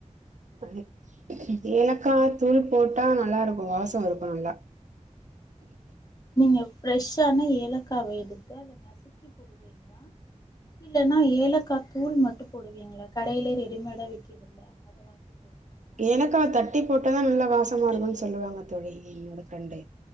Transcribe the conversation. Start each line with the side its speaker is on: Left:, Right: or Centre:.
Right: <unintelligible> ஏலக்கா தூள் போட்டா நல்லாருக்கு வாஸோ இருக்கு நல்லா
Left: நீங்க ப்ரெஷ் ஆன ஏலக்காவெடுத்து அத நசுக்கி போடுவீங்ளா இல்லன்னா ஏலக்கா தூள் மட்டு போடுவீங்ளா கடைலே ரெடிமேடா விக்கிதில்ல அத வாங்கி போடுவீங்களா?
Right: எனக்கா தட்டி போட்டாதா ல்லா லாஸ் சமா இருக்குன் சொல்லுவாங்க தோழி என்னோட ஃரெண்டு